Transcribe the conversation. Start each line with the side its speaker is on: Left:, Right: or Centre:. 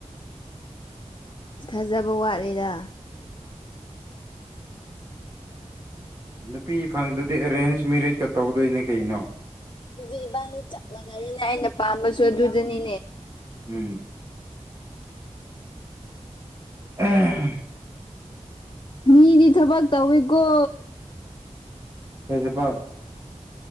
Left: ꯑ ꯊꯥꯖꯕ ꯋꯥꯠꯂꯤꯗ
Right: ꯅꯨꯄꯤ ꯐꯪꯗꯗꯤ ꯑꯦꯔꯦꯟꯖ ꯃꯦꯔꯤꯖꯀ ꯇꯧꯗꯣꯏꯅꯦ ꯀꯩꯅꯣ
Left: ꯑꯗꯨꯗꯤ ꯏꯕꯥꯅꯤ ꯆꯞ ꯃꯅꯥꯔ°ꯅ° ꯑꯩꯅ ꯄꯥꯝꯕꯁꯨ ꯑꯗꯨꯗꯅꯤ
Right: ꯎꯝꯝ ꯑꯥꯑꯑ
Left: ꯃꯤꯗꯤ ꯊꯕꯛ ꯇꯧꯋꯤꯀꯣ
Right: ꯀꯩ ꯊꯕꯛ